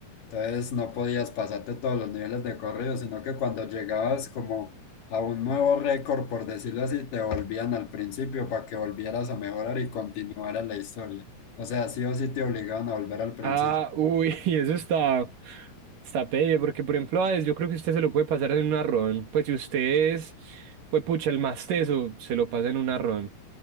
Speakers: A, on the left; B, on the right.
A: Entonces no podías pasarte todos los niveles de corrido, sino que cuando llegabas como a un nuevo récord, por decirlo así, te volvían al principio para que volvieras a mejorar y continuara la historia. O sea, sí o sí te obligaban a volver al principio.
B: Ah, uy, <laughs> y eso está, está pelle, porque por ejemplo, a Hades, yo creo que usted se lo puede pasar en un arrón. Pues si usted es, pues pucha, el más teso, se lo pasa en un arrón.